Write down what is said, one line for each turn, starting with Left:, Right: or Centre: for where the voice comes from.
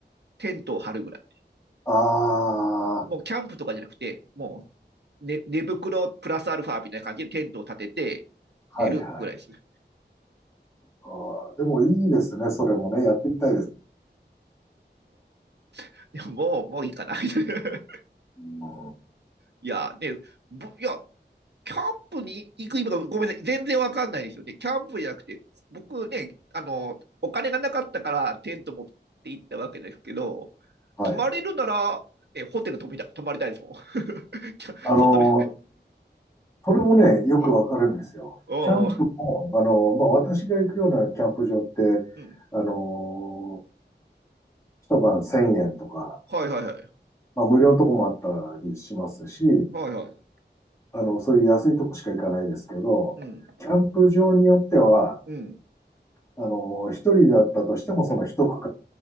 Right: テントを張るぐらい。
Left: ああ、
Right: もうキャンプとかじゃなくて、もう寝、寝袋プラスアルファみたいな感じでテントを立てて寝るぐらいですね。
Left: はいはい。あーでもいいですね。それもね、やってみたいです。
Right: <laughs> もう、<laughs> もういいかな。<laughs>
Left: うん、
Right: いや、ね、ぶいや、キャンプに行く意味がごめんなさい、全然わかんないですよね。キャンプじゃなくて、僕ね、あの、お金がなかったからテント持って行ったわけですけど、
Left: はい。
Right: 泊まれるなら、え、ホテル泊みた泊まりたいですもん。<laughs> キャ外で。
Left: あのー、それもね、よくわかるんですよ。
Right: うん。ああ、
Left: キャンプも、あのー、まあ、私が行くようなキャンプ場って、
Right: うん。
Left: あのー、一晩1000円とか、
Right: はいはいはい。
Left: まあ、無料のとこもあったりしますし、
Right: はいはい。
Left: あの、そういう安いとこしか行かないですけど、
Right: うん。
Left: キャンプ場によっては、
Right: うん。
Left: あの、一人だったとしても、その一区